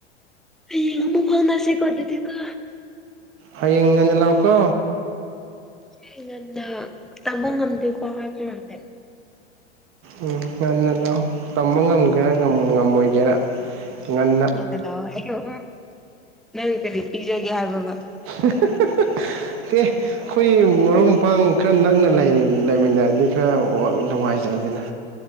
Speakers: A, in the centre; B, on the right.
A: ꯍꯌꯦꯡ ꯑꯃꯨꯛ ꯀꯣꯅꯁꯦꯀꯣ ꯑꯗꯨꯗꯤ ꯀꯣ
B: ꯍꯌꯦꯡ ꯉꯟꯅ ꯂꯥꯎꯀꯣ
A: ꯑꯩ ꯉꯟꯅ ꯇꯝꯕ ꯉꯝꯗꯦꯀꯣ ꯍꯥꯏꯕꯤꯔꯝꯂꯦ <unintelligible>
B: ꯎꯝ ꯉꯟ ꯉꯟꯅꯥ ꯇꯝꯕ ꯉꯝꯒꯦꯔꯥ ꯉꯝ ꯉꯝꯃꯣꯏꯒꯦꯔꯥ ꯉꯟ
A: ꯍꯜꯂꯣ ꯑꯩꯎꯍꯨ <unintelligible> ꯅꯪ ꯀꯔꯤ ꯄꯤꯖꯒꯦ ꯍꯥꯏꯕꯕꯥ
B: <unintelligible> ꯑꯩꯈꯣꯏ ꯃꯔꯨꯞ ꯃꯄꯥꯡ ꯈꯔ ꯅꯛꯅ ꯂꯩ ꯂꯩꯃꯤꯟꯅꯔꯗꯤ ꯈꯔ ꯋ ꯅꯨꯡꯉꯥꯏꯖꯩꯗꯅ